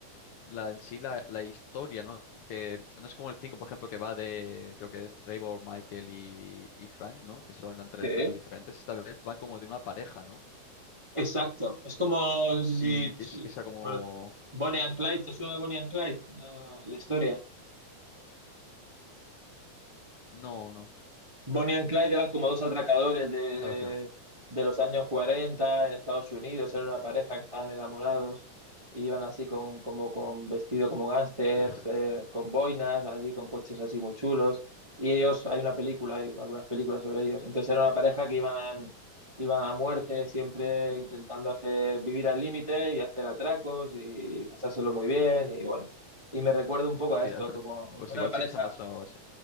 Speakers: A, on the left (about 85°); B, on the right (about 50°).
A: la en sí la, la historia, ¿no? Que no es como el 5 por ejemplo, que va de, creo que es Trevor, Michael y, y Frank, ¿no? Que son eran tres
B: sí.
A: personas diferentes. Esta vez van como de una pareja, ¿no?
B: Exacto. Es como, no sé
A: Y que,
B: si,
A: es- que sea como...
B: bueno, Bonnie and Clyde, ¿te suena Bonnie and Clyde? La, la historia.
A: No, no.
B: Bonnie and Clyde eran como dos atracadores de, de-
A: La verdad es que no.
B: de los años 40 en Estados Unidos, era una pareja que estaban enamorados y iban así con, como, con vestido como gángsters,
A: Hostia,
B: eh, con boinas, así con coches así muy chulos. Y ellos, hay una película, hay algunas películas sobre ellos. Entonces era una pareja que iban, iban a muerte, siempre intentando hacer, vivir al límite y hacer atracos y pasárselo muy bien. Y bueno, y me recuerda
A: <laughs>
B: un poco
A: hostia.
B: a esto, como
A: Pues
B: una
A: igual
B: pareja,
A: sí que se han pasado... o sea,